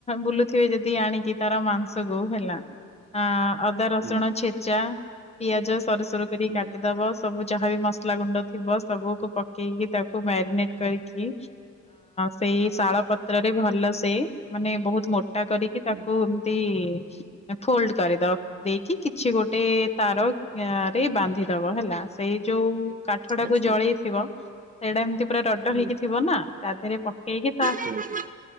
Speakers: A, on the left (about 20°); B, on the right (about 25°).
A: ବୁଲୁଥିବେ ଯଦି ଆଣିକି ତାର ମାଂସକୁ ହେଲା ହ ଅଦା ରସୁଣ
B: ହୁଁ
A: ଛେଚା ପିଆଜ ସରୁ ସରୁ କର
B: ହୁଁ
A: କାଟିଦବ। ସବୁ ଯାହାବି ମସଲା ଗୁଣ୍ଡ ଥିବ ସବୁକୁ ପକେଇକି ତାକୁ ମ୍ୟାରିନେଟ କରିକି ସେଇ ଶାଳ ପ ତ୍ରରେ ଭଲ ସେ ମାନେ ବହୁତ ମୋଟା କରିକି
B: ହୁଁ
A: ତାକୁ ଏମିତି ଫୋଲଡ କରିଦ ଦେଇକି କିଛି ଗୋଟେ ତାରରେ ବାନ୍ଧି ଦବ ହେଲା। ସେଇ ଯୋଉ କାଠ ଟାକୁ
B: ଆଚ୍ଛା
A: ଜଳେଇ
B: ହୁଁ
A: ଥିବ ସେଇଟା ଏମିତି ପୁରା ରଡ
B: ହୁଁ
A: ହେଇକି ଥିବ ନା ତା ଦେହରେ ପକେଇକି ତା
B: ହୁଁ